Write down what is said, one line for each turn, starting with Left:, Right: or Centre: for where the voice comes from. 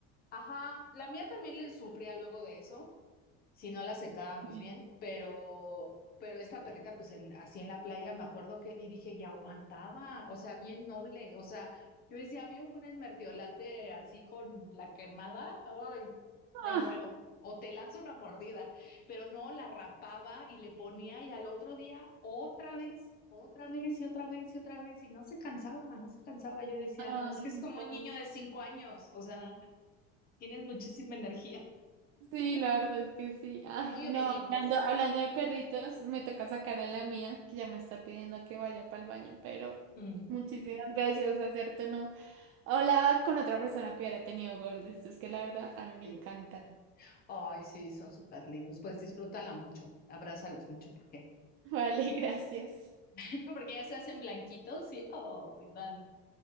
Left: Ajá, la mía también le sufría luego de eso, si no la secábamos
Right: Sí.
Left: bien, pero, pero esta perrita, pues en, así en la playa, me acuerdo que, y dije, y aguantaba, o sea, bien noble, o sea, yo decía, a mí me ponen mertiolate así con la quemada, ay, me
Right: Ah,
Left: muero. O te lanzo una mordida, pero no, la rapaba y le ponía y al otro día otra vez, otra vez y otra vez y otra vez y no se cansaba, no se cansaba. Yo decía,
Right: ay,
Left: no, es que es como
Right: no.
Left: un niño de cinco años, o sea, tienes muchísima energía
Right: Sí, la verdad es que sí. Ay,
Left: y muy
Right: no,
Left: obedientes.
Right: hablando, hablando de perritos, me toca sacar a la mía, que ya me está pidiendo que vaya para el baño, pero
Left: Mm.
Right: muchísimas gracias, acerto, no. Hablaba con otra persona que hubiera tenido Gold, esto es que la verdad a mí me
Left: Sí.
Right: encanta.
Left: Ay, sí, son súper lindos. Pues disfrútala mucho, abrázalos mucho porque,
Right: <laughs> Vale, gracias.
Left: <laughs> porque ya se hacen blanquitos y Ay, dan,